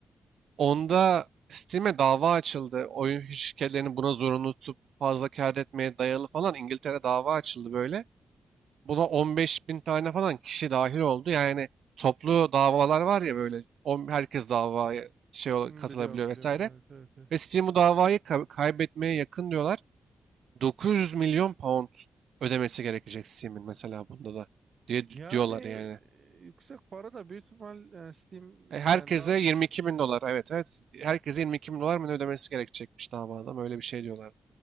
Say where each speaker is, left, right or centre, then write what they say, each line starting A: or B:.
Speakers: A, on the right; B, on the right.
A: Onda Steam'e dava açıldı. Oyun şirketlerini buna zorunlu tutup fazla kâr etmeye dayalı falan İngiltere dava açıldı böyle. Buna 15 bin tane falan kişi dahil oldu. Yani toplu davalar var ya böyle on, herkes davaya şey ol-
B: Hmm,
A: katılabiliyor
B: Biliyorum biliyorum
A: vesaire.
B: evet evet evet.
A: Ve Steam bu davayı ka- kaybetmeye yakın diyorlar. 900 milyon pound ödemesi gerekecek Steam'in mesela bunda da diye
B: Yani
A: d- diyorlar yani.
B: e, yüksek para da büyük ihtimal yani Steam
A: E, herkese
B: yani daha
A: 22 bin dolar evet evet herkese 22 bin dolar mı ne ödemesi gerekecekmiş davada öyle bir şey diyorlar.